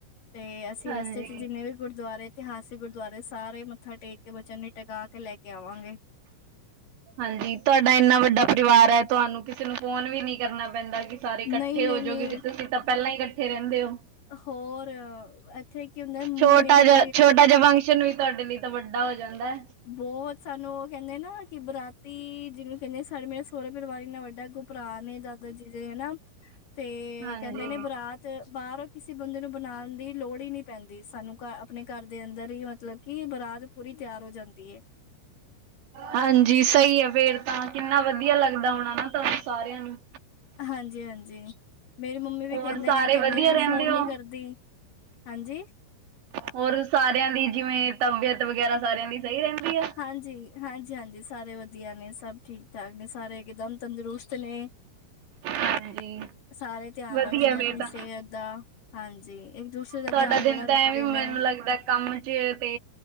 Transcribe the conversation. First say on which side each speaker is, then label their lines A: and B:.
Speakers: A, on the left; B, on the right.
A: ਤੇ ਅਸੀਂ
B: ਹਾਂਜੀ
A: ਰਸਤੇ ਚ ਜਿੰਨੇ ਵੀ ਗੁਰਦੁਆਰੇ ਇਤਿਹਾਸਿਕ। ਗੁਰਦੁਆਰੇ ਸਾਰੇ ਮੱਥਾ ਟੇਕ ਕੇ ਬੱਚਿਆਂ ਨੂੰ ਟਿਕਾ ਕੇ ਲੈ ਕੇ ਆਵਾਂਗੇ।
B: ਹਾਂਜੀ ਤੁਹਾਡਾ ਇੰਨਾ ਵੱਡਾ ਪਰਿਵਾਰ ਹੈ। ਤੁਹਾਨੂੰ ਕਿਸੇ ਨੂੰ ਫੋਨ ਵੀ ਨੀ ਕਰਨਾ ਪੈਂਦਾ। ਸਾਰੇ ਇਕੱਠੇ
A: ਨਹੀਂ ਨਹੀਂ
B: ਹੋ
A: ਨਹੀਂ
B: ਜੋ ਕਿਉਂਕ ਤੁਸੀਂ ਤਾਂ ਪਹਿਲਾਂ ਹੀ ਇਕੱਠੇ ਰਹਿੰਦੇ ਹੋ।
A: ਹੋਰ ਇੱਥੇ ਕੀ ਹੁੰਦਾ ਮੰਮੀ
B: ਛੋਟਾ
A: ਮੇਰੀ
B: ਜਿਹਾ ਛੋਟਾ ਜਿਹਾ ਫੰਕਸ਼ਨ ਵੀ ਤੁਹਾਡੇ ਲਈ ਤਾਂ ਵੱਡਾ ਹੋ ਜਾਂਦਾ।
A: ਬਹੁਤ ਸਾਨੂੰ ਉਹ ਕਹਿੰਦੇ ਨਾ ਕਿ ਬਰਾਤੀ ਜਿਹਨੂੰ ਕਹਿੰਦੇ ਸਾਡੇ ਮੇਰੇ ਸੋਹਰਾ ਪਰਿਵਾਰ ਨਾਲ ਇਨਾ ਵੱਡਾ। ਭਰਾ ਨੇ ਦਾਦਾ ਜੀ ਦੇ ਹਨਾ ਤੇ
B: ਹਾਂਜੀ
A: ਕਹਿੰਦੇ ਨੇ ਬਰਾਤ ਤੇ ਬਾਹਰੋਂ ਕਿਸੇ ਬੰਦੇ ਨੂੰ ਬਣਾਉਣ ਦੀ ਲੋੜ ਹੀ ਨਹੀਂ ਪੈਂਦੀ। ਸਾਨੂੰ ਘਰ ਆਪਣੇ ਘਰ ਦੇ ਅੰਦਰ ਹੀ ਮਤਲਬ। ਕਿ ਬਰਾਤ ਪੂਰੀ ਤਿਆਰ ਹੋ ਜਾਂਦੀ ਏ
B: ਹਾਂਜੀ ਸਹੀ ਆ ਫਿਰ ਤਾਂ ਕਿੰਨਾ ਵਧੀਆ ਲੱਗਦਾ ਹੋਣਾ ਨਾ ਤਾਂ ਸਾਰਿਆਂ ਨੂੰ
A: ਹਾਂਜੀ ਹਾਂਜੀ ਮੇਰੀ ਮੰਮੀ ਵੀ
B: ਹੋਰ
A: ਕਹਿੰਦੇ
B: ਸਾਰੇ
A: ਨੇ ਕਹਿੰਦੇ
B: ਵਧੀਆ
A: ਤੂੰ
B: ਰਹਿੰਦੇ
A: ਫੋਨ
B: ਹੋ
A: ਨੀ ਕਰਦੀ ਹਾਂਜੀ
B: ਹੋਰ ਸਾਰਿਆਂ ਦੀ ਜਿਵੇਂ, ਤਬੀਅਤ ਵਗੈਰਾ ਸਾਰਿਆਂ ਦੀ। ਸਹੀ ਰਹਿੰਦੀ ਆ
A: ਹਾਂਜੀ, ਹਾਂਜੀ, ਹਾਂਜੀ, ਸਾਰੇ ਵਧੀਆ ਨੇ ਸਭ ਠੀਕ ਠਾਕ ਨੇ ਸਾਰੇ ਇਕਦਮ ਤੰਦਰੁਸਤ ਨੇ
B: ਹਾਂਜੀ,
A: ਸਾਰੇ ਧਿਆਨ
B: ਵਧੀਆ
A: ਜਿਵੇਂ
B: ਫੇਰ
A: ਆਪਣੀ
B: ਤਾਂ
A: ਸਿਹਤ ਦਾ ਹਾਂਜੀ ਇੱਕ ਦੂਸਰੇ ਦਾ
B: ਤੁਹਾਡਾ
A: ਧਿਆਨ
B: ਦਿਨ
A: ਬੜਾ
B: ਤਾਂ
A: ਰੱਖਦੇ
B: ਐਵੇਂ ਮੈਨੂੰ
A: ਨੇ
B: ਲੱਗਦਾ ਕੰਮ ਚ ਤੇ